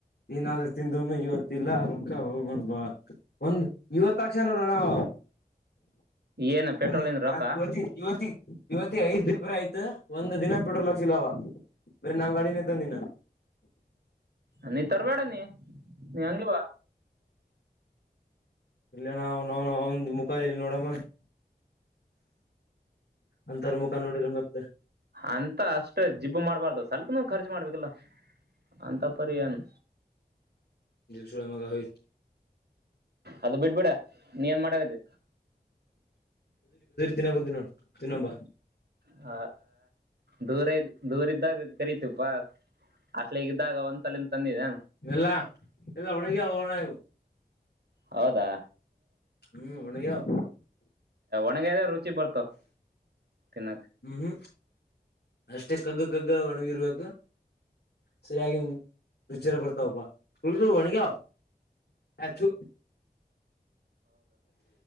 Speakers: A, on the left; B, on the right.
A: ಏನಾದ್ರು ತಿಂದಮ್ಮ ಇವತ್ತ ಇಿಲ್ಲ ಅಕ್ಕ ಹೋಗಣ್ ಬಾ ಒಂದ್ ಇವತ್ತಕ್ಷ ನೋಡೋಣಾವು
B: ಏನ ಪೆಟ್ರೋಲಿನ್
A: ಹ ನಾ
B: ರೊಕ್ಕ
A: ಯತಿ ಯುವತಿ ಇವತ್ತ ಐಸ್ ದೇಬ ಆಯ್ತು ಒಂದ್ ದಿನ ಪೆಟ್ರೋಲ ಚವಾ ಮೇರೆ ನಾಮ ಗಾಡಿ ನತಂದಿನ
B: ಅ ತರ್ಬೇಡ ನೀ ನೀ ಹಂಗಗೆಿವ
A: ಇಲ್ಲಣ ಅವನ್ನು ಅವನ್ ಮುಖ ಇಲ್ಲಿ ನೋಡಮ್ಮ ಅಂತಾರ ಮುಖ ನೋಡಿದ್ರ ಮತ್ತ
B: ಅಂತ ಅಷ್ಟೇ ಜಿಬ್ಬು ಮಾಡ್ಬಾರ್ದು ಸ್ವಲ್ಪ ನೋವು ಖರ್ಚು ಮಾಡ್ಬೇಕಲ್ಲ ಅಂತ ಪರಿನು
A: ಸುಳೆ ಮಗ ಹೋಯ್
B: ಅದು ಬಿಡ್ಬಿಡ ನೀ ನ್ ಮಾಡತ್ತೆ
A: ದಿನಕ ದಿನ ತಿಿನ ನಂಬ
B: ಹ ದೂರ ಇದ ದೂರ ಇದ್ದಾಗ ಕರಿತಿಪ್ಪಾ ಅಷ್ಟಲ ಈಗ ಇದ್ದಾಗ ಒಂದ್ಸಲಿನ ತಂದಿದೆ
A: ಎಲ್ಲಾ ಎಲ್ಲ ಒಣಗ್ಯಾವ ಅಣ ಇವು
B: ಹೌದಾ
A: ಹ್ಮ್ ಒನೆಯಾವ
B: <unintelligible> ಕ ಚಿ ಬರ್ತ ಕೆಿನ
A: ಹ್ಮ್ ಹ್ಮ್ ಅಷ್ಟೇ ಕಗ್ಗ ಕಗ್ಗ ಒಣಗಿರ್ಬೇಕು ಸರಿಯಾಗಿ ಚಾರ ಪಡ್ತಾವಪ್ಪಾ ಉಳ ಒಣಗ್ಯಾವ ಅಥು